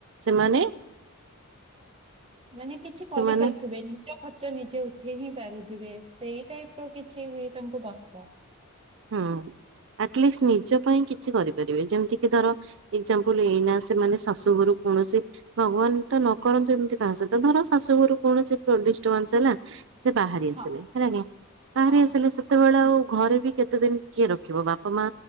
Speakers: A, on the right (about 55°); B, on the right (about 25°).
A: ସେମାନେ
B: ମାନେ କିଛି
A: ସେମାନେ
B: କରିପାରୁଥିବେ ନିଜ ଖର୍ଚ୍ଚ ନିଜେ ଜେ ଉଠେଇ ହିଁ ପାରୁଥିବେ ସେଇ ଟାଇପ ର କିଛି ବି ତାଙ୍କୁ ଦରକାର।
A: ହୁଁ ଆଟଲିଷ୍ଟ ନିଜ ପାଇଁ କିଛି କରିପାରିବେ ଯେମିତି କି ଧର ଏକ୍ଜାମ୍ପଲ ଏଇନା ସେମାନେ ଶାଶୂଘରୁ କୌଣସି ଭଗବାନ ତ ନ କରନ୍ତୁ ଏମିତି କାହା ସହିତ ଧର ଶାଶୂଘରୁ କୌଣସି ଡିଷ୍ଟବାନ୍ସ ହେଲା ସେ ବାହାରି ଆସିଲେ
B: ହଁ
A: ହେଲା ଆଜ୍ଞା ବାହାରି
B: ହଁ
A: ଆସିଲେ ସେତେବେଳେ ଆଉ ଘରେ ବି କେତେ ଏତେ ଦିନ କିଏ ରଖିବ ବାପା ମା